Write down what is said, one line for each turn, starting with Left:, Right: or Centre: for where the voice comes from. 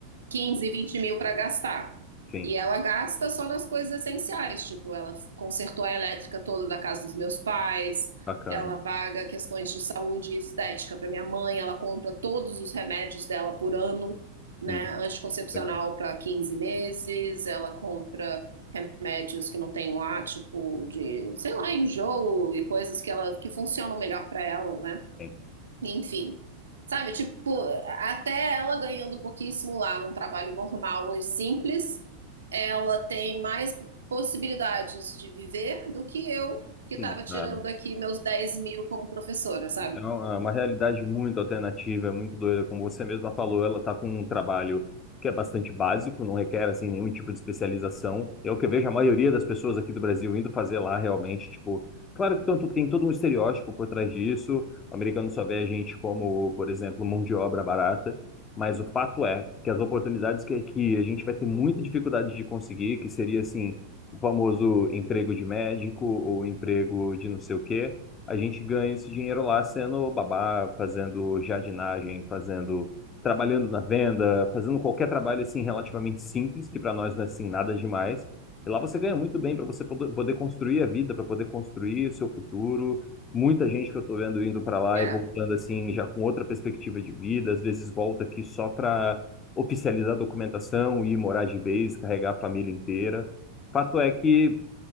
Right: 15, vinte mil para gastar.
Left: sim.
Right: E ela gasta só nas coisas essenciais, tipo, ela consertou a elétrica toda da casa dos meus pais,
Left: Bacana.
Right: ela paga questões de saúde e estética para minha mãe, ela compra todos os remédios dela por ano, né?
Left: Uhum,
Right: Anticoncepcional
Left: legal.
Right: para 15 meses, ela compra remédios que não tem lá, tipo de, sei lá, enjoo e coisas que ela que funcionam melhor para ela, né?
Left: Sim,
Right: Enfim. Sabe, tipo, até ela ganhando pouquíssimo lá num trabalho normal e simples, ela tem mais possibilidades de viver do que eu, que
Left: sim,
Right: estava tirando
Left: cara.
Right: aqui meus dez mil como professora, sabe?
Left: Então, é uma realidade muito alternativa, é muito doida, como você mesma falou, ela está com um trabalho que é bastante básico, não requer assim nenhum tipo de especialização. É o que eu vejo a maioria das pessoas aqui do Brasil indo fazer lá realmente, tipo, claro que tanto- tem todo um estereótipo por trás disso. O americano só vê a gente como, por exemplo, mão de obra barata, mas o fato é que as oportunidades que aqui a gente vai ter muita dificuldade de conseguir, que seria assim, o famoso emprego de médico ou emprego de não sei o quê a gente ganha esse dinheiro lá sendo babá, fazendo jardinagem, fazendo, trabalhando na venda, fazendo qualquer trabalho assim relativamente simples, que para nós não é assim nada demais. E lá você ganha muito bem para você poder poder construir a vida, para poder construir o seu futuro. Muita gente que eu estou vendo indo para lá
Right: É,
Left: e voltando assim já com outra perspectiva de vida, às vezes volta aqui só para oficializar a documentação e ir morar de vez, carregar a família inteira. Fato é que